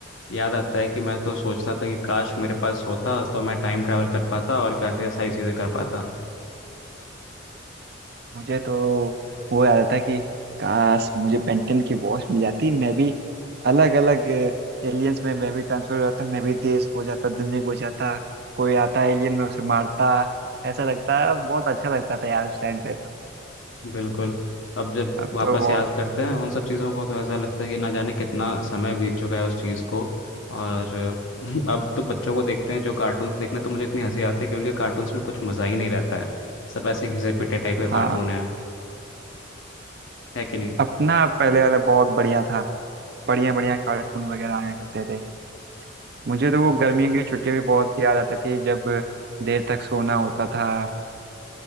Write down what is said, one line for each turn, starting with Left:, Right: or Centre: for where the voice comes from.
Left: याद आता है कि मैं तो सोचता था कि काश मेरे पास होता तो मैं टाइम ट्रैवल कर पाता और काश ये सारी चीज़ें कर पाता
Right: मुझे तो वो याद आता है कि काश मुझे पेंटन की वॉच मिल जाती मैं भी अलग अलग एलियंस में मैं भी ट्रांसफर हो जाता मैं भी देश खो जाता दुनिया खो जाता कोई आता एलियन में उसे मारता ऐसा लगता है बहुत अच्छा लगता था यार उस टाइम पे तो
Left: बिल्कुल अब जब
Right: अब
Left: वापस
Right: तो बहुत
Left: याद करते हैं उन सब चीज़ों को तो ऐसा लगता है कि ना जाने कितना समय बीत चुका है उस चीज़ को और <laughs> अब तो बच्चों को देखते हैं जो कार्टून्स देखने तो मुझे इतनी हंसी आती है कि उनके कार्टून्स में कुछ मज़ा ही नहीं रहता है सब ऐसे घिसे पिटे टाइप के
Right: हाँ
Left: कार्टून है है कि नहीं <laughs>
Right: अपना पहले वाला बहुत बढ़िया था बढ़िया बढ़िया कार्टून वगैरह आया करते थे मुझे तो वो गर्मियों की छुट्टियां भी बहुत याद आती थी जब देर तक सोना होता था